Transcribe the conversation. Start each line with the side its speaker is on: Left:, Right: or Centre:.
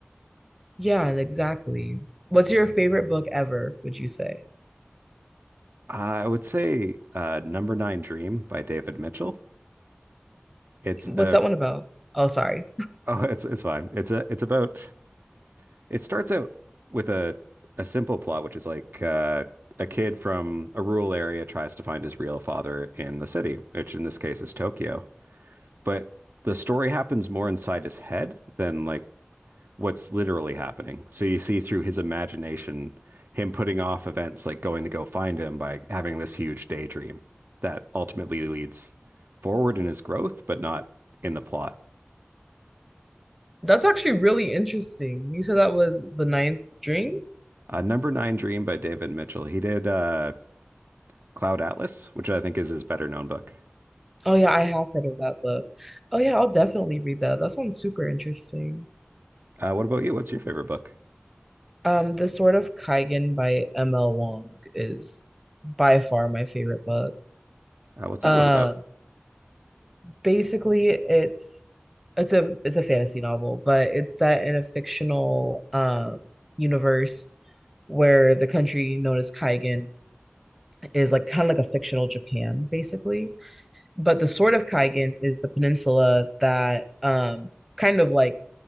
Centre: Yeah, and exactly. What's your favorite book ever, would you say?
Right: I would say uh, Number Nine Dream by David Mitchell. It's
Centre: What's
Right: uh
Centre: that one about? Oh, sorry.
Right: <laughs> oh, it's it's fine. It's a it's about it starts out with a a simple plot, which is like uh a kid from a rural area tries to find his real father in the city, which in this case is Tokyo. But the story happens more inside his head than like what's literally happening. So you see through his imagination him putting off events like going to go find him by having this huge daydream that ultimately leads forward in his growth, but not in the plot.
Centre: That's actually really interesting. You said that was The Ninth Dream?
Right: Uh, Number Nine Dream by David Mitchell. He did uh, Cloud Atlas, which I think is his better known book.
Centre: Oh yeah, I have heard of that book. Oh yeah, I'll definitely read that. That sounds super interesting.
Right: Uh, what about you? What's your favorite book?
Centre: Um, The Sword of Kaigen by M.L. Wong is by far my favorite book.
Right: Uh, what's
Centre: Uh,
Right: that one about?
Centre: basically it's it's a it's a fantasy novel, but it's set in a fictional um universe where the country known as Kaigan is like kind of like a fictional Japan, basically. But the Sword of Kaigan is the peninsula that um, kind of like